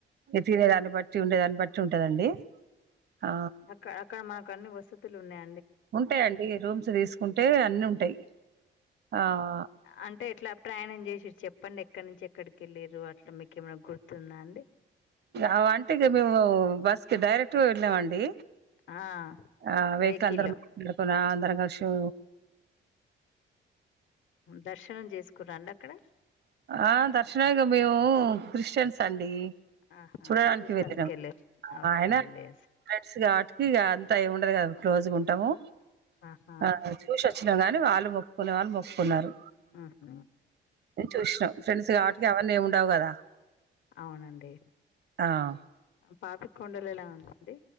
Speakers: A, on the right (about 55°); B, on the left (about 75°).
A: తినే దాన్ని బట్టి ఉండేదాన్ని బట్టి ఉంటదండి ఆ!
B: అక్క అక్కడ మాకు అన్ని వసతులు ఉన్నాయ
A: ఉంటాయిండి రూమ్స్ తీసుకుంటే అన్ని ఉంటాయి ఆహ్,
B: అంటే ఎట్లా ప్రయాణం చేస చెప్పండి ఎక్కడి నుంచి ఎక్కడికి వెళ్ళిరు అట్లా మీకు ఏమైనా గుర్తుందా అండి
A: ఆ అంటగా మీ బస్కి డైరెక్ట్ వెలేమండి
B: ఆ
A: ఆ వెహికల్
B: వెహికల్లో
A: అందరు మాట్లాడుకు అంద్ర కషు
B: దర్శనం చేసుకున్నాండి అక్కడ
A: ఆ దర్శనాయగా మేము క్రిస్టియన్స్ అండి
B: ఆహా
A: చూడడానికి
B: చూసినందుకు
A: చూడానికి వెళ్లినం
B: వెళ్ళిరు ఓకే
A: ఆయన
B: అండి
A: ఫెండ్స్ కాబట్టి అంతా ఏమి ఉండదు కాదు రోజుగాంటాము
B: ఆహా
A: ఆ చూసిచ్చినాము గాని వాళ్ళు మొప్పుకునే వాళ్ళు మొప్పుకున్నారు
B: ఆహ
A: చూసినం ఫ్రెండ్స్ కాబట్టి గవర్ని ఏముండవు కదా
B: అవునండి
A: ఆ!
B: పాపి కొండలు ఎలా ఉందండి